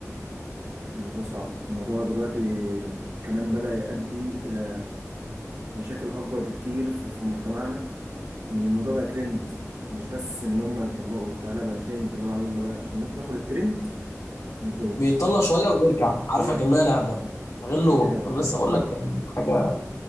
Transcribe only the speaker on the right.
الموضوع صعب الموضوع دلوقتي كمان بدأ يؤدي إلى مشاكل أكبر بكتير في في مجتمعنا إن الموضوع بقى ترند مش بس إن هم يطلقوا بتاع لا بقى ترند اللي هو يلا بقى عشان ناخد الترند نتجوز
ويرجع
ده
ده